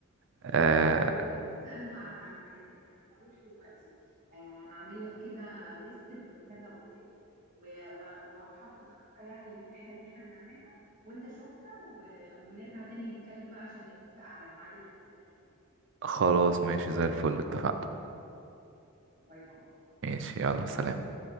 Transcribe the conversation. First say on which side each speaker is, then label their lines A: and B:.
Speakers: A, on the right; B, on the right.
A: آه
B: اه هو ال- بس انا ه... ه... ه... يعني هروح دلوقتي آه، اعمل لك كده ليست بكذا اوتيل و... و... واحط الخطة يعني للرحلة اللي احنا هنعملها وانت شوفها و... ونرجع تاني نتكلم بقى عشان نتفق على الميعاد اللي هنسافر فيه
A: خلاص ماشي زي الفل اتفقنا
B: باي باي
A: ماشي يلا سلام